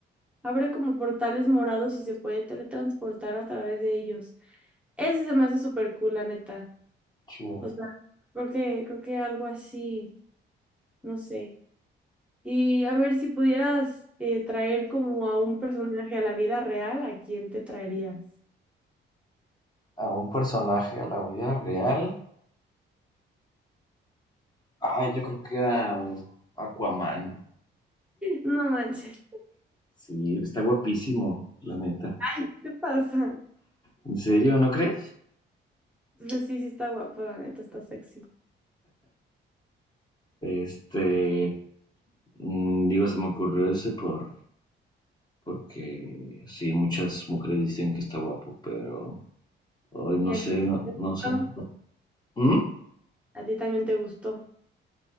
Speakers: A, in the centre; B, on the left.
A: abre como portales morados y se puede teletransportar a través de ellos. Ese se me hace súper cool, la neta.
B: chido.
A: O sea, creo que, creo que algo así, no sé. Y a ver si pudieras eh, traer como a un personaje a la vida real, ¿a quién te traerías?
B: A un personaje a la vida real. Ay, yo creo que a um, Aquaman.
A: No manches,
B: Sí, está guapísimo, la neta.
A: ¿qué te pasa?
B: ¿En serio, no crees?
A: Pero sí, sí está guapo, la neta, está sexy.
B: Este, mm, digo, se me ocurrió ese por, porque sí, muchas mujeres dicen que está guapo, pero hoy no
A: ¿Y a
B: sé,
A: ti
B: no,
A: te
B: no
A: gustó?
B: sé. no. ¿Mm?
A: ¿A ti también te gustó?